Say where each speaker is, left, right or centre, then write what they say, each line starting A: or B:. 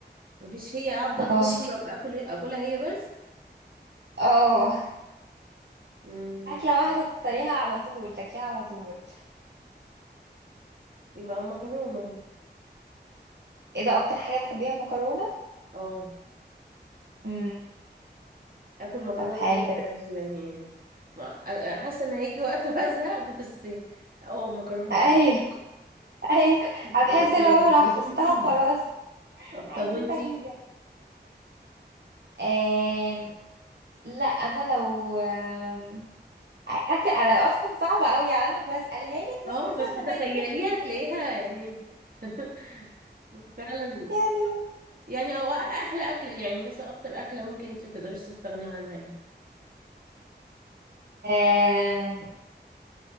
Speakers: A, on the right; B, on the right.
A: مفيش هي افضل
B: اه
A: طول عمري أبقى اكل اكلها هي بس
B: اه
A: امم
B: اكله واحده تختاريها على طول تاكليها على طول
A: يبقى مكرونة
B: ايه ده اكتر حاجه تحبيها المكرونه
A: اه
B: امم
A: اكل مكرونة
B: طب حلو
A: طول عمري
B: ده
A: عادي يعني ما- أ- أ- حاسة ان هيجي وقت <laughs> وازهق بس اه مكرونة
B: ايوه
A: عادي.
B: ايوه هتحسي
A: مكرونة
B: لو انا حفظتها
A: <coughs>
B: خلاص
A: آه،
B: عايزين
A: طب وانتي
B: تغيير آم... لا انا لو آم... اكل انا اصلا صعبه قوي يعني انا بسالها لك
A: اه
B: بس حاسه
A: بس
B: انه ما
A: تخيليها
B: ينفعش تتقال.
A: تلاقيها يعني <laughs> فعلا
B: يعني
A: يعني او احلى اكله يعني مثلا اكتر اكله ممكن انت ما تقدريش تستغني عنها يعني
B: آه،